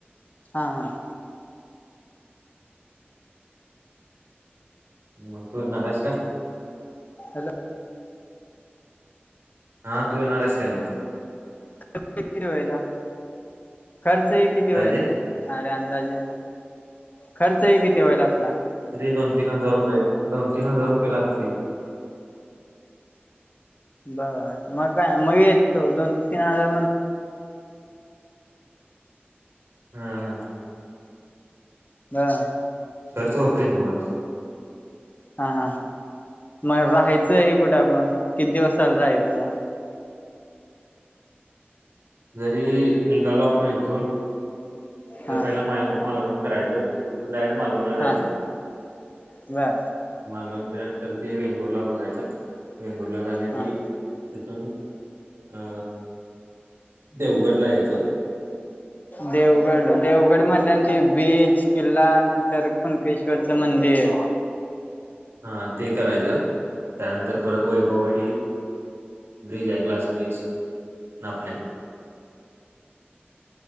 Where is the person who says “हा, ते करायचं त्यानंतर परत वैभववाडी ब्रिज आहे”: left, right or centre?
Right